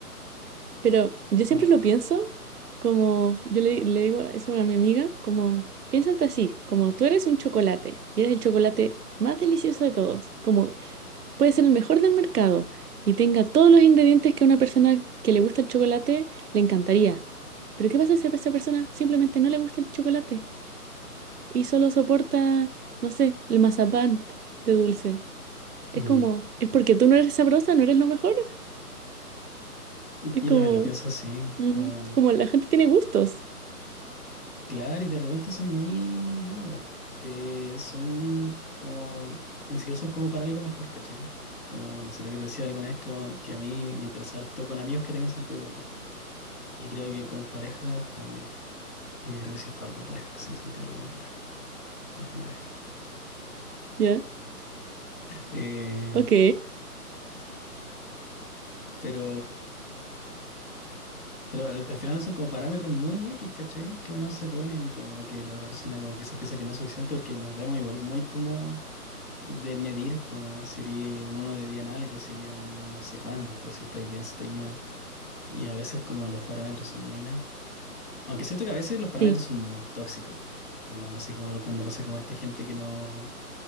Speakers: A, on the right (about 75°); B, on the left (about 70°).
A: Pero yo siempre
B: Como,
A: lo pienso como, yo le, le digo eso a mi amiga, como, piénsate así, como tú eres un chocolate y eres el chocolate más delicioso de todos, como puede ser el mejor del mercado y tenga todos los ingredientes que a una persona que le gusta el chocolate le encantaría. Pero ¿qué pasa si a esa persona simplemente no le gusta el chocolate y solo soporta, no sé, el mazapán de dulce? Es
B: mm.
A: como, es porque tú no eres sabrosa, no eres lo mejor.
B: Y
A: Es como,
B: también lo pienso así,
A: mm,
B: como...
A: como la gente tiene gustos.
B: Claro, y de repente son muy nada, po. Eh, son como, ni siquiera son como para algo mejor, ¿cachai? Como, no sé, lo que te decía alguna vez, como que a mí me interesa harto con amigos que tengan sentido del humor. Y creo que con parejas también. Aunque creo que sí he estado con parejas sin sentido del humor, la verdad, más de una vez.
A: Ya,
B: Eh,
A: ok.
B: pero, pero al, al final son como parámetros muy X, ¿cachai? Que uno se pone y como que la otra persona como quizás piensa que no es suficiente porque nos vemos igual muy como de medir como sería un 1 de 10 en algo, sería un no sé cuánto, si estáis bien, si estáis mal. Y a veces como los parámetros son muy nada. Aunque siento que a veces los parámetros
A: Sí,
B: son muy tóxicos. Como no sé, como cuando pasa como esta gente que no,